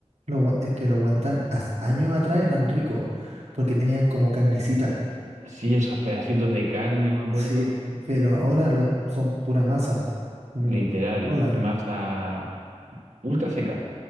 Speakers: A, on the right (about 65°); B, on the right (about 80°).
A: Los, gua- es que los guantán as- años atrás eran ricos, porque tenían como carnecita.
B: Sí, esos pedacitos de carne, me acuerdo,
A: Sí, pero ahora los, son pura masa. Como,
B: literal,
A: hola.
B: y masa ultra seca.